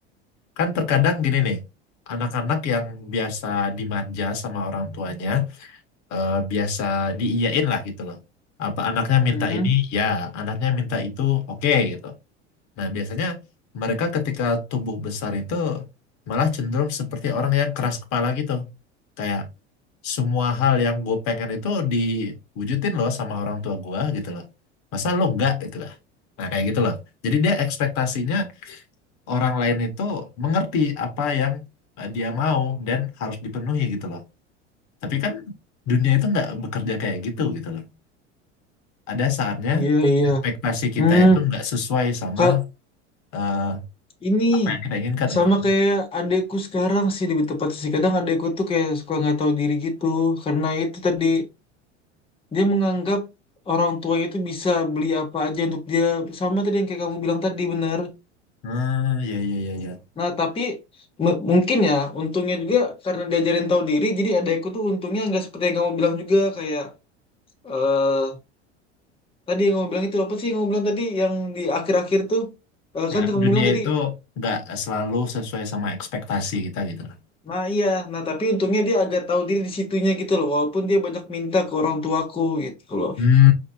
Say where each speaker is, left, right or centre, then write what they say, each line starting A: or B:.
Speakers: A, on the left; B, on the left.
A: Kan terkadang gini nih, anak-anak yang biasa dimanja sama orang tuanya, eh, biasa diiyain lah gitu loh. Apa anaknya minta
B: Hmm,
A: ini, ya. Anaknya minta itu, oke gitu. Nah, biasanya mereka ketika tumbuh besar itu malah cenderung seperti orang yang keras kepala gitu. Kayak semua hal yang gue pengen itu diwujudin loh sama orang tua gue gitu loh. Masa lo enggak gitu lah. Nah, kayak gitu loh. Jadi dia ekspektasinya orang lain itu mengerti apa yang eh, dia mau dan harus dipenuhi gitu loh. Tapi kan dunia itu nggak bekerja kayak gitu gitu loh. Ada saatnya
B: iya iya.
A: ekspektasi
B: Hmm,
A: kita itu nggak sesuai sama
B: Ka-
A: eh,
B: Ini
A: apa yang kita inginkan
B: sama
A: gitu kan.
B: kayak adekku sekarang sih lebih tepatnya sih. Kadang adekku tuh kayak suka nggak tahu diri gitu. Karena itu tadi dia menganggap orang tuanya itu bisa beli apa aja untuk dia. Sama tadi yang kayak kamu bilang tadi bener.
A: Hmm, ya ya ya ya.
B: Nah tapi m- mungkin ya untungnya juga karena diajarin tahu diri. Jadi adekku tuh untungnya nggak seperti yang kamu bilang juga kayak eh tadi yang kamu bilang itu apa sih yang kamu bilang tadi yang di akhir-akhir tuh Eh, kan
A: Ya,
B: kamu
A: dunia
B: bilang tadi
A: itu nggak selalu sesuai sama ekspektasi kita gitu loh.
B: Nah iya, nah tapi untungnya dia agak tahu diri di situnya gitu loh, walaupun dia banyak minta ke orang tuaku gitu loh.
A: Hmm,